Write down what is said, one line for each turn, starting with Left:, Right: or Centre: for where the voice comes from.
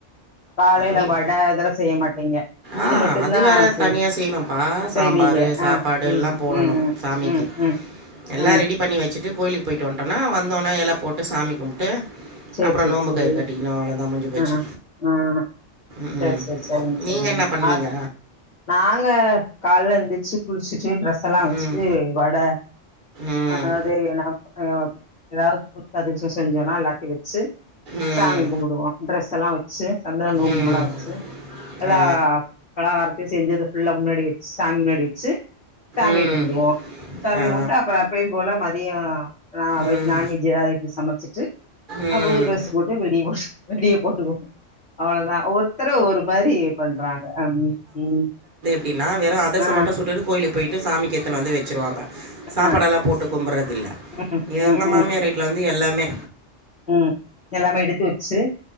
Left: காலைல
Right: வீ
Left: வட இதெல்லா செய்ய மாட்டீங்க
Right: ஆ
Left: இது மட்டுந்தா
Right: அது வேற
Left: செய்
Right: தனியா செய்யணும்பா சாம்பாரு
Left: செய்வீங்க
Right: சாப்பாடெல்லா
Left: ஆ ம்
Right: போடணு
Left: ம் ம்
Right: சாமிக்கி
Left: ம் ம்
Right: எல்லா
Left: ம்
Right: ரெடி பண்ணி வச்சுட்டு கோயிலுக்கு போயிட்டு வந்ட்டோனா வந்தோன எல போட்டு சாமி கும்ப்ட்டு
Left: சேரி
Right: அப்புறொ
Left: சேரி
Right: நோம்பு
Left: சேரி
Right: கயிறு கட்டிகினோ அவளோ தா முஞ்சு போச்சு
Left: ஆ ஆ
Right: ம்.
Left: செர் செர் செரிங்க செரிங்க
Right: நீங்க என்ன பண்ணுவீங்க?
Left: அ நாங்க கால்ல எந்திச்சு குளிச்சுட்டு ட்ரெஸ் எல்லா வச்சுட்டு
Right: ம்.
Left: வட
Right: ம்.
Left: அதாது ந எ எதாவ்து முறுக் அதிரிசொ செஞ்சோன்னா எல்லாத்தையு வெச் ச்சு
Right: ம்.
Left: சாமி கும்புடுவோ ட்ரெஸ் எல்லா வச் சு சந்தனகுங்மலா
Right: ம்.
Left: வச்சு எல்லா
Right: ஆ.
Left: பலகாரத் செஞ்சது ஃபுல்லா முன்னாடி வெச்சு சாமி முன்னாடி வெச்சு சாமி
Right: ம்.
Left: கும்புடுவோ சாமி
Right: ஆ.
Left: கும்ட்டு அப்புற எப்பயும் போல மதியொ ஆ வைக்
Right: ம்.
Left: நான்வெஜ் எதாவ்து எடுத்து சமச்சிட்டு
Right: ம்.
Left: அ புது ட்ரெஸ் போட்டு வெடிய <unintelligible> வெடிய போட்டு போ அவ்ளதா ஒருத்தரு ஒரு மாரி பண்றாங்க ம் ம்
Right: ப்டினா வேறு அதர்சம்
Left: ஆ
Right: மட்டு சுட்டுடு கோயிலுக் போயிட்டு சாமி கேத்னு வந்து வெச்சிருவாங்க சாப்பாடெல்லா
Left: ஆ
Right: போட்டு கும்பறதில்ல
Left: ம்
Right: எங்க
Left: ம் ம்
Right: மாமியாரிட் ட்ல வந்து எல்லாமே
Left: ம் எல்லாமே எடுத்து வச்சு